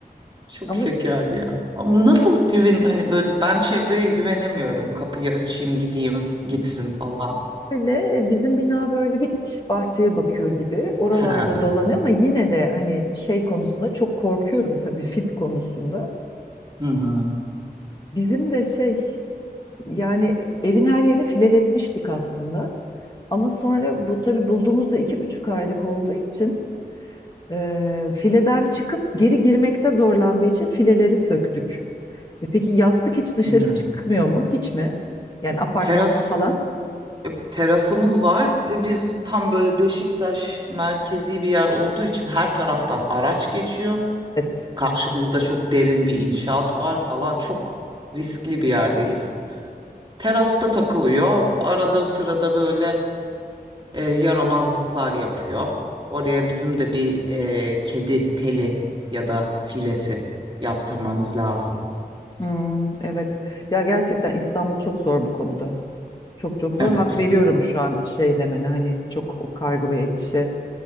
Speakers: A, on the right (about 30°); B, on the left (about 25°).
A: Çok
B: Ama
A: şeker ya. Ama nasıl güven hani böyle ben çevreye güvenemiyorum. Kapıyı açayım gideyim gitsin falan.
B: böyle e, bizim bina böyle bir iç bahçeye bakıyor gibi. Oralarda
A: Ha.
B: dolanıyor ama yine de hani şey konusunda çok korkuyorum tabii fit konusunda.
A: Hı hı.
B: Bizim de şey Yani evin her yerini fileletmiştik aslında. Ama sonra bu tabii bulduğumuzda iki buçuk aylık olduğu için e, fileden çıkıp geri girmekte zorlandığı için fileleri söktük. E, peki yastık hiç dışarı
A: Hı.
B: çıkmıyor mu? Hiç mi? Yani apartmanda
A: Teras
B: falan?
A: e, terasımız var. ve Biz tam böyle Beşiktaş merkezi bir yer olduğu için her taraftan araç geçiyor.
B: Evet.
A: Karşımızda çok derin bir inşaat var falan. Çok riskli bir yerdeyiz. Terasta takılıyor. Arada sırada böyle e, yaramazlıklar yapıyor. Oraya bizim de bir e, kedi teli ya da filesi yaptırmamız lazım.
B: Hmm, evet. Ya gerçekten İstanbul çok zor bu konuda. Çok çok zor.
A: Evet,
B: Hak veriyorum şu an şey demene hani çok o kaygı ve endişe